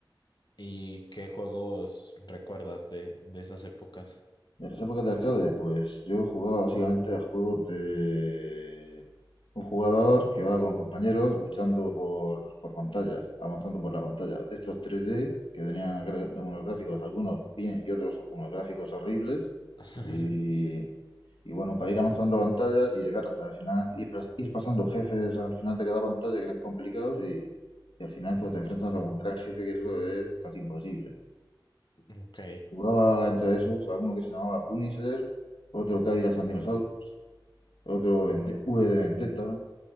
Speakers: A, on the left; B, on the left.
A: ¿Y qué juegos recuerdas de, de esas épocas?
B: De las épocas de arcade, pues yo jugaba básicamente a juegos de un jugador que va con compañeros luchando por, por pantallas, avanzando por la pantalla. De estos tres d que tenían gra- unos gráficos, algunos bien y otros unos gráficos horribles.
A: <laughs>
B: Y, y bueno, para ir avanzando pantallas y llegar hasta el final, ir, pas- ir pasando jefes al final de cada pantalla que eran complicados y, y al final pues te enfrentas a un gran jefe que eso es casi imposible.
A: Ok.
B: Jugaba entre esos alguno que se llamaba Punisher, otro Cadillac and Dinosaurs, otro Vente- V de Vendetta